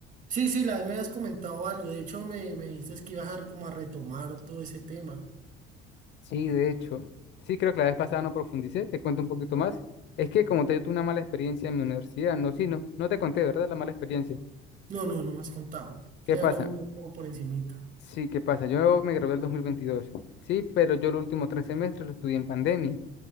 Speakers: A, on the right; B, on the left.
A: Sí, sí, la vez me has comentado algo, de hecho me, me dices que ibas a como a retomar todo ese tema.
B: Sí, de hecho. Sí, creo que la vez pasada no profundicé. Te cuento un poquito más. Es que como te digo, tuve una mala experiencia en mi universidad. No, sí, no, no te conté, ¿verdad? La mala experiencia.
A: No, no, no me has contado, sí,
B: ¿Qué pasa?
A: hablamos muy como por encimita.
B: Sí, ¿qué pasa? Yo me gradué en el 2022, sí, pero yo los últimos tres semestres lo estudié en pandemia